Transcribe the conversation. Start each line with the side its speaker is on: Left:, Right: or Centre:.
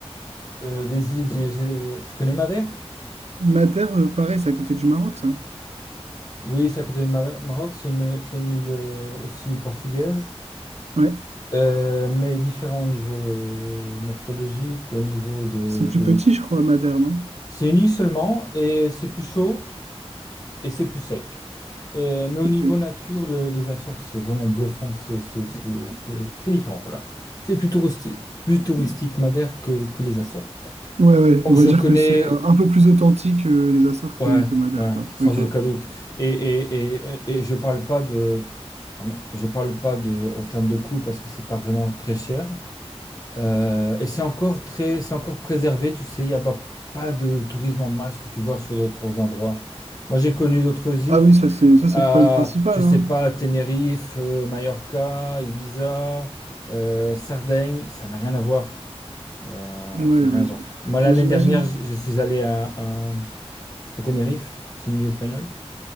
Left: euh, les îles, j'ai- j'ai- tu connais Madère?
Right: Madère, euh, pareil, c'est à côté du Maroc, ça.
Left: Oui, c'est à côté du Mada- Maroc, c'est une, c'est une île euh, aussi portugaise,
Right: Ouais,
Left: euh, mais différent au niveau euh, morphologique, au niveau de,
Right: c'est plus
Left: de-
Right: petit, je crois, Madère, non?
Left: C'est une île seulement, et c'est plus chaud, et c'est plus sec. Et- mais au
Right: Ok.
Left: niveau nature, le- les Açores, c'est vraiment bluffant, c'est c'est- c'est- c'est- c'est différent, voilà. C'est plus touristique, plus touristique Madère que, que les Açores.
Right: Ouais, ouais,
Left: Donc
Right: on va
Left: je
Right: dire
Left: connais,
Right: que c'est un un peu plus authentique euh, les Açores
Left: ouais,
Right: que, que Madère,
Left: ouais,
Right: quoi.
Left: sans
Right: Ok.
Left: aucun doute. Et, et, et, et et je parle pas de, ah, mais je parle pas de, en termes de coût parce que c'est pas vraiment très cher. Euh, et c'est encore très, c'est encore préservé. Tu sais, il n'y a pas, pas de tourisme en masse que tu vois sur d'autres endroits. Moi, j'ai connu d'autres îles,
Right: Ah oui, ça c'est ça c'est
Left: à,
Right: le problème principal,
Left: je sais
Right: hein.
Left: pas, Tenerife, euh, Mallorca, Ibiza, euh, Sardaigne. Ça n'a rien à voir. Euh,
Right: Ouais,
Left: ça n'a
Right: ouais,
Left: rien à
Right: j-
Left: voir. Moi, l'année
Right: ouais, j'imagine.
Left: dernière, je je suis allé à, à Tenerife, c'est une île espagnole.